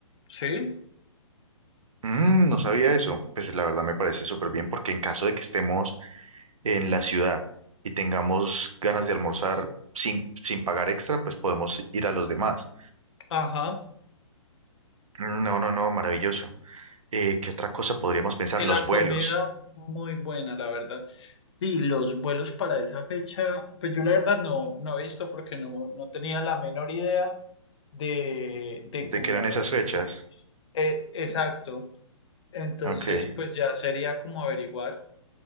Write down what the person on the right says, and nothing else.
Mm, no sabía eso. Pues la verdad me parece súper bien porque en caso de que estemos en la ciudad y tengamos ganas de almorzar sin, sin pagar extra, pues podemos ir a los demás.
Mm, No, no, no, maravilloso. Eh, ¿qué otra cosa podríamos pensar?
Los
vuelos.
¿De
qué eran esas fechas?
Ok.